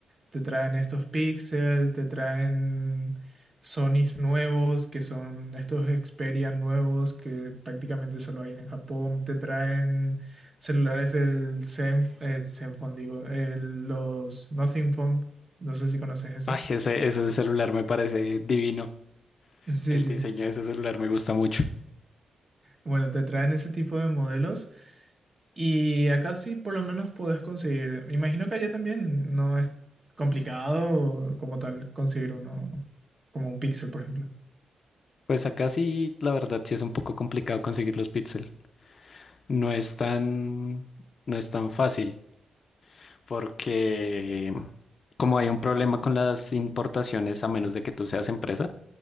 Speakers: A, on the right; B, on the left.
A: te traen estos Pixel, te traen Sonys nuevos, que son estos Xperia nuevos que prácticamente solo hay en Japón, te traen celulares del Zenf- eh, Zenfone, digo, eh, los Nothing Phone, no sé si conoces ese.
B: Ay, ese, ese celular me parece divino.
A: Sí,
B: El
A: sí.
B: diseño de ese celular me gusta mucho.
A: Bueno, te traen ese tipo de modelos y acá sí por lo menos podés conseguir. Me imagino que allá también no es complicado como tal conseguir uno, como un Pixel, por ejemplo.
B: Pues acá sí, la verdad, sí es un poco complicado conseguir los Pixel. No es tan, no es tan fácil, porque como hay un problema con las importaciones, a menos de que tú seas empresa,